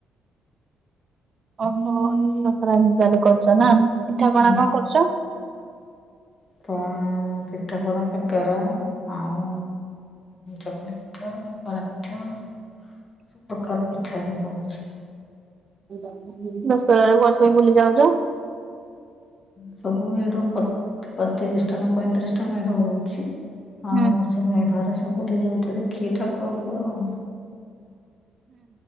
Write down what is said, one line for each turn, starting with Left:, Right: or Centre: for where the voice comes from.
Right: ଓହୋ ଦସରାତିଲି କରୁଛ ନା ପିଠା
Left: ହୁଁ
Right: ପଣା କଣ କରୁଛ?
Left: <unintelligible> ପୀଠପଣା କକେରା। ଆଉ ଚକୁଳି ପିଠ ବରା ପିଠ।
Right: ହ
Left: ସୁ ପ୍ରକାର ବି ମିଠାଁ ହିଁ ହେଉଛି।
Right: <unintelligible> ବୁଲି ଯାଉଛ
Left: ସବୁ ମେଢ ତିରିଶ ଟା ନା ପଇଁତିରିଶ ଟା ମେଢ ହଉଛି
Right: ହୁଁ
Left: ଆଉ। ସେ ମେଢାରେ ସବୁ ବୁଲି ଯାଉଛ ଦେଖି ଠାକୁରଙ୍କୁ ଆଉ।